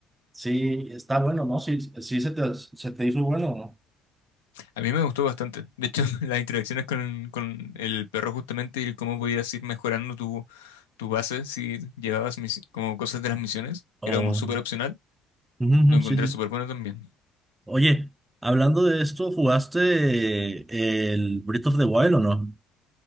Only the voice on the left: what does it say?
a mí me gustó bastante. De hecho, <laughs> las interacciones con, con el perro justamente y cómo podías ir mejorando tu, tu base si llevabas misi- como cosas de las misiones,
que era como súper opcional,
lo encontré
súper bueno también.